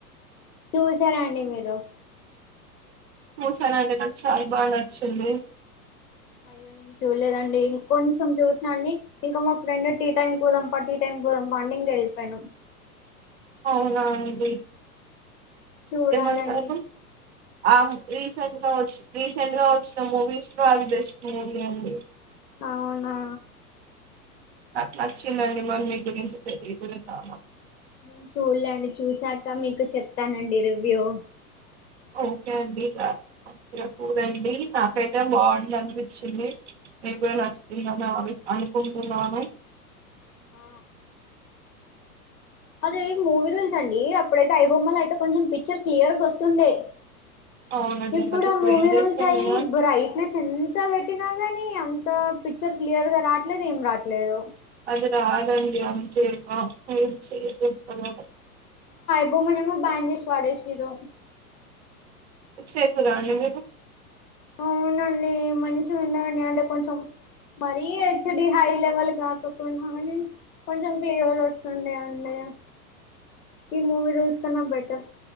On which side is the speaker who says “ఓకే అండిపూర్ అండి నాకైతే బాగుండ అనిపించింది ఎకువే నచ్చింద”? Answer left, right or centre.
Right